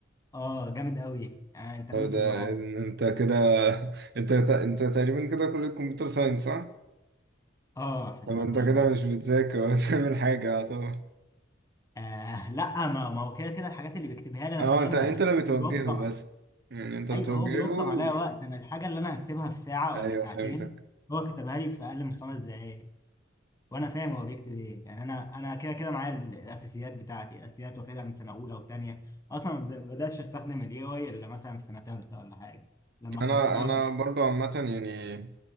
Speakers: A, on the left; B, on the right.
A: اه جامد قوي يعني أنت
B: طب
A: لازم
B: ده
A: تجربه
B: إن- انت كده <laughs> انت انت تقريبا كده كلية كمبيوتر ساينس صح؟
A: اه حاسبات
B: طب انت
A: ومعلومات
B: كده مش بتذاكر ولا <laughs> بتعمل حاجة اه طبعا
A: آه لا ما ما هو كده كده الحاجات اللي بيكتبها لي أنا
B: اه
A: فاهمها
B: انت انت
A: بس
B: اللي بتوجهه
A: بيوفر
B: بس
A: على-
B: يعني انت
A: أيوه
B: بتوجهه
A: هو بيوفر عليا وقت أنا الحاجة اللي أنا هكتبها في ساعة
B: ايوه
A: ولا ساعتين
B: فهمتك
A: هو كتبها لي في أقل من خمس دقايق وانا فاهم هو بيكتب ايه يعني انا انا كده كده معايا ال- الاساسيات بتاعتي الاساسيات واخدها من سنه اولى وثانيه اصلا ما بد- بداتش استخدم الاي اي الا مثلا في سنه ثالثه ولا حاجه لما
B: انا
A: كان خلاص
B: انا
A: مع
B: برضو عامة يعني